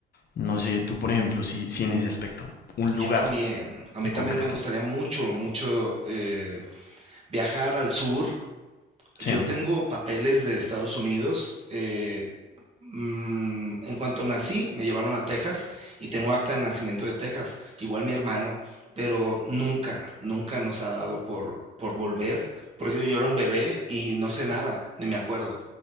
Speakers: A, on the left (about 50°); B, on the right (about 30°).
A: No sé, tú, por ejemplo, si, si en ese aspecto, un lugar
B: yo también, a mí
A: en
B: también
A: concreto.
B: me gustaría mucho, mucho eh, viajar al sur,
A: Sí,
B: Yo tengo papeles de Estados Unidos. eh, mm, en cuanto nací, me llevaron a Texas y tengo acta de nacimiento de Texas, igual mi hermano, pero nunca, nunca nos ha dado por, por volver, porque yo era un bebé y no sé nada, ni me acuerdo,